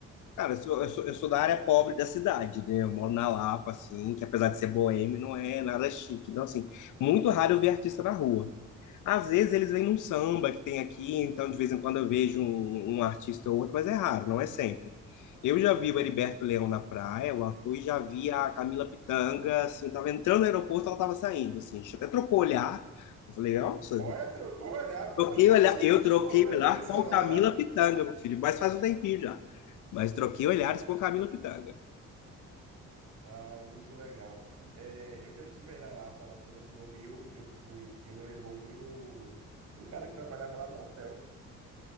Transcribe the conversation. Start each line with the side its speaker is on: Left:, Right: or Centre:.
Left: Cara, eu sou, eu sou, eu sou da área pobre da cidade, né? Eu moro na Lapa, assim, que apesar de ser boêmio, não é nada chique. Então, assim, muito raro eu ver artista na rua. Às vezes eles vêm num samba que tem aqui, então de vez em quando eu vejo um, um artista ou outro, mas é raro, não é sempre. Eu já vi
Right: Uhum.
Left: o Heriberto Leão na praia, o ator, e já vi a Camila Pitanga, assim, tava entrando no aeroporto, ela tava saindo, assim, a gente até trocou o olhar, eu falei, nossa,
Right: Olha, trocou o olhar, tá
Left: troquei
Right: parecendo
Left: o olhar,
Right: a sua...
Left: eu troquei
Right: Qual foi
Left: o
Right: a trilha
Left: olhar
Right: sonora?
Left: com Camila Pitanga, meu filho, mas faz um tempinho já, mas troquei olhares com Camila Pitanga,
Right: Ah, é muito legal. É, eu já tive aí na Lapa, lá- quando eu fui no Rio, eu fui. Quem me levou foi o, um cara que trabalhava lá no hotel